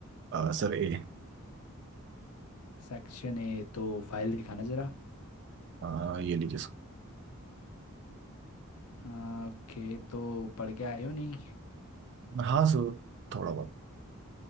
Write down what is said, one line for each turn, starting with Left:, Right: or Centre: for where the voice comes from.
Right: आ, सर ए
Left: Section A तो फाइल दिखाना ज़रा
Right: आ, ये लीजिए सर
Left: आ, ओके तो पढ़ के आए हो नहीं
Right: हाँ सर थोड़ा बहुत